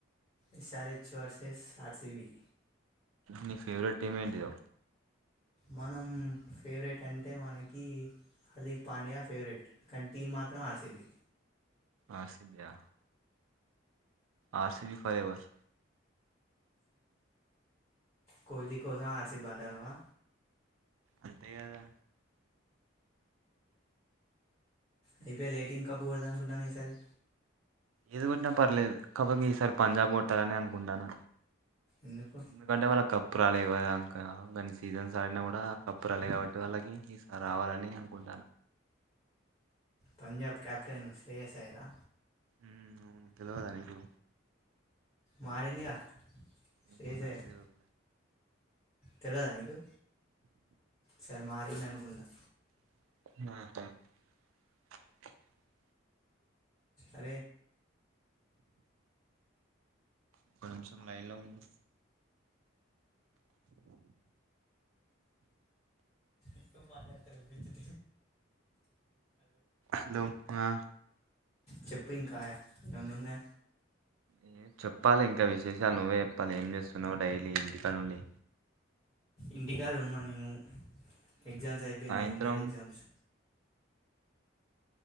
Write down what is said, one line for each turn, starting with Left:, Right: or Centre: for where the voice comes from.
Left: ఈసారి చోర్సెస్ ఆర్సీబీ
Right: నీ ఫేవరెట్ టీమ్ ఏంటిదో
Left: మనం ఫేవరెట్ అంటే మనకి హార్దిక్ పాండ్యా ఫేవరెట్ కానీ, టీమ్ మాత్రం ఆర్సీబి.
Right: ఆర్ సీ బ్యా ఆర్సీబి ఫర్ ఎవర్
Left: కోహ్లి కోసం ఆర్సీబీ అంటనావా
Right: అంతే కదా
Left: అయిపోయా లేటింగ్ కప్పుడద అనుకుంటన్నాను ఈసారి
Right: ఏది కొట్టి పర్లేదు కాబటితే ఈసారి పంజాబ్ కొట్టాలని అనుకుంటాను
Left: ఎందుకు
Right: ఎందుకంటే వాళ్ళకి కప్పు రాలేవంకా కానీ సీజన్స్ ఆడినా కూడా కప్పు రాలే కాబట్టి వాళ్ళకి ఈసారి రావాలని ననుకుంట
Left: పంజాబ్ కెప్టెన్ శ్రేయస్ అయ్యరా
Right: మ్మ్ అవును తెలివదా నీకు
Left: మారిందిగా ఫ్రీ
Right: ఏమో
Left: ఫైర్
Right: నాకు తెలవదు
Left: తెలివదా నీకు సరే మారింది అనుకుంటా
Right: ఆ
Left: అ
Right: ఒక్క నిమిషం లైన్ లో ఉంది
Left: ఇప్పు మాదయాత్రించ
Right: హలో ఆ
Left: చెప్పు ఇం కాయా ఏమను ఉందా
Right: ఏ చెప్పాలి ఇంకా విశేషాలు నువ్వే చెప్పాలి ఏం చేస్తున్నావు డైలీ ఇ కారణండి
Left: ఇంటికాడు ఉన్న నేను ఎగ్జామ్స్ అయిపోయినాయి
Right: సాయంత్రం
Left: ఇంటర్ ఎగ్జామ్స్